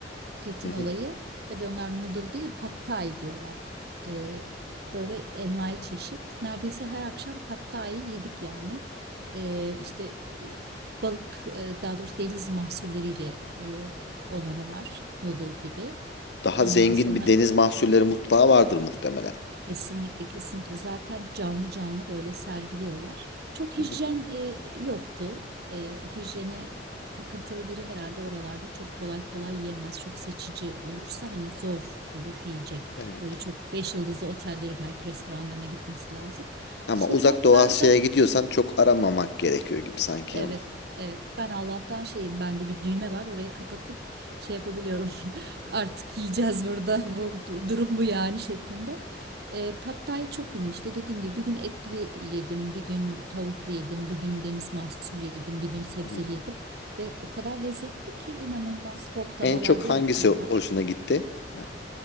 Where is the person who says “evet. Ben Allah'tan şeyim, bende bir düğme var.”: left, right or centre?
Right